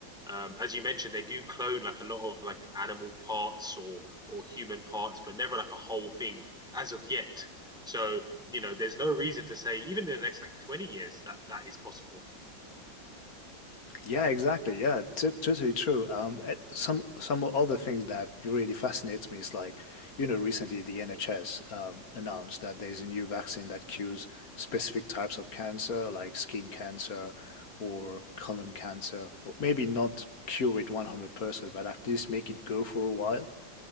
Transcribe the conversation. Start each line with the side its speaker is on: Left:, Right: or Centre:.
Centre: Um, as you mentioned, they do clone like a lot of like animal parts or or human parts, but never like a whole thing as of yet. So you know, there's no reason to say even in the next like 20 years that that is possible.
Left: Yeah, exactly. Yeah, t totally true. Um, at some some other things that really fascinates me is like, you know, recently the NHS um, announced that there's a new vaccine that cures specific types of cancer, like skin cancer or colon cancer. Or Maybe not cure it 100%, but at least make it go for a while.